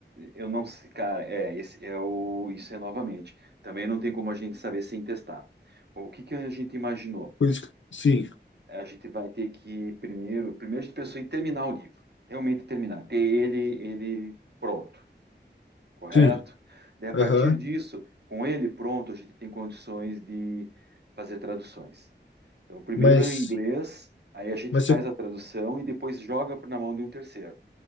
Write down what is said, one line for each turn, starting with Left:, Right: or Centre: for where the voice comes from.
Right: eu não sei, cara, é, esse é o, isso é novamente, também não tem como a gente saber sem testar. O que que a gente imaginou?
Left: Por isso que, sim,
Right: A gente vai ter que primeiro, primeiro a gente pensou em terminar o livro, realmente terminar, ter ele, ele pronto, correto?
Left: sim.
Right: Daí a
Left: Aham.
Right: partir disso, com ele pronto, a gente tem condições de fazer traduções. Então primeiro
Left: Mas
Right: é o inglês, aí a gente
Left: mas
Right: faz
Left: é
Right: a tradução e depois joga na mão de um terceiro.